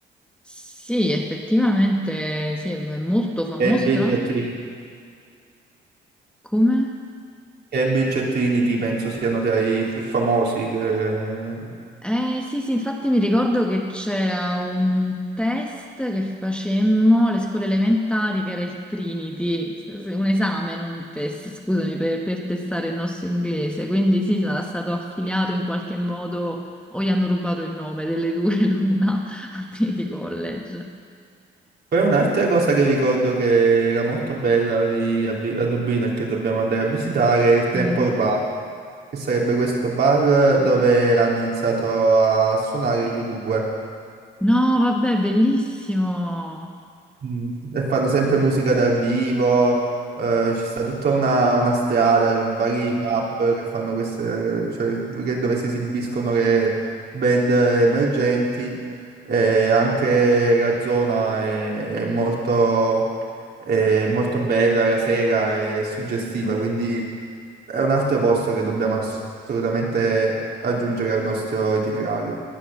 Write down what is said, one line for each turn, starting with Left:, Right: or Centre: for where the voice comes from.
Centre: Sì, effettivamente, sì, è molto famoso,
Right: Cambridge
Centre: tra l'altro.
Right: e Trinity,
Centre: Come?
Right: Cambridge e Trinity penso siano tra i più famosi. che-
Centre: Eh, sì, sì, infatti mi ricordo che c'era un test che facemmo alle scuole elementari, che era il Trinity, S- s- un esame, non un test, scusami, per, per testare il nostro inglese. Quindi sì, sarà stato affiliato in qualche modo, o gli hanno rubato il nome delle due <laughs> l'una al Trinity College.
Right: Poi un'altra cosa che ricordo che era molto bella lì a, Vi- a Dublino e che dobbiamo andare a visitare è il Temple
Centre: Mm.
Right: Bar. che sarebbe questo bar dove hanno iniziato a suonare gli U2
Centre: No, vabbè, bellissimo.
Right: Mm, e fanno sempre musica dal vivo, eh, ci sta tutta una, una strada con vari pub che fanno queste, cioè, che- dove si esibiscono le band emergenti e anche la zona è, è molto, è molto bella la sera, è suggestiva, quindi è un altro posto che dobbiamo assolutamente aggiungere al nostro itinerario.